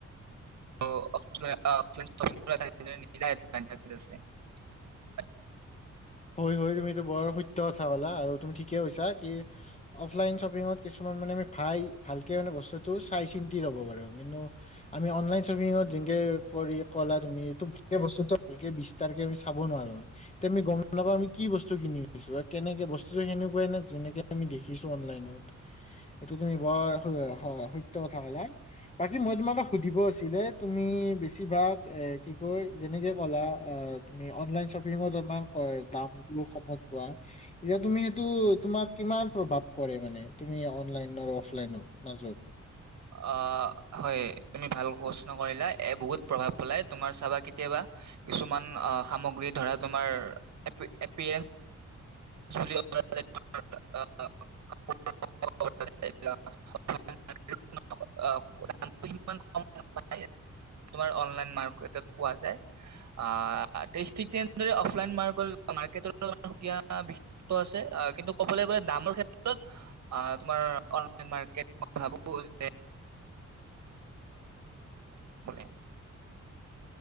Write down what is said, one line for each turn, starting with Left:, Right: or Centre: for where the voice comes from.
Right: <unintelligible>
Left: হয়-হয় তুমটো বৰ সত্য কথা ক'লা। আৰু তুমি ঠিকে কৈছা কি অফলাইন শ্বপিংত কিছুমান মানে চাই ভালকে মানে বস্তুটো চাই চিন্তি লব পাৰো, কিন্তু আমি অনলাইন শ্বপিংত যেনেকে কৰি কলা তুমি বস্তু ভালকে বিস্তাৰকে আমি চাব নোৱাৰো। তে গম নাপাম আমি কি বস্তু কিনি দিছো কেনেকে বস্তুটো সেনেকুৱাই নে যেনেকে আমি দেখিছো অনলাইনত, এইটো তুমি বৰ সত্য কথা কলা বাকী মই তোমাক এটা সুধিব আছিলে তুমি বেছিভাগ এ কি কয় যেনেকে ক'লা তুমি অনলাইন শ্বপিঙত তোমাৰ দামটো কমত পোৱা, এতিয়া তুমি সেইটো তোমাক কিমান প্ৰভাৱ কৰে মানে তুমি অনলাইন অফলাইনৰ মাজত?
Right: আহ, হয়, তুমি ভাল প্ৰশ্ন কৰিলা। এ বহুত প্ৰভাৱ পেলাই, তোমাৰ চাবা কেতিয়াবা কিছুমান সামগ্ৰী ধৰা তোমাৰ এপ এ পি এল <unintelligible> আছে কিন্তু কবলৈ গলে দামৰ ক্ষেত্ৰত তোমাৰ মই ভাবো যে অনলাইন মাৰ্কেট মই ভাবো যে <unintelligible>